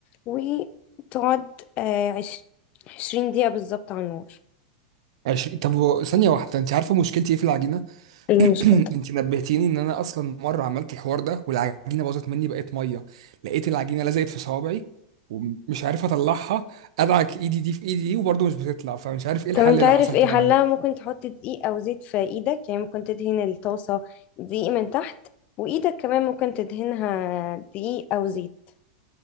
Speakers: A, on the left; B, on the right.
A: وتقعد آه عش- عشرين دقيقة بالظبط على النار
B: عشرين طب و- ثانية واحدة انت عارفة مشكلتي ايه في العجينة <laughs>
A: ايه المشكلة
B: <clears throat> انت نبهتيني ان انا اصلا مرة عملت الحوار ده والعجينة باظت مني بقت مية لقيت العجينة لزقت في صوابعي ومش عارف اطلعها ادعك ايدي دي في ايدي دي وبرضه مش بتطلع فمش عارف ايه الحل
A: طب انت عارف
B: لو حصل
A: ايه
B: كده
A: حلها
B: معايا
A: ممكن تحط دقيق او زيت في ايدك يعني ممكن تدهن الطاسة دقيق من تحت وايدك كمان ممكن تدهنها دقيق او زيت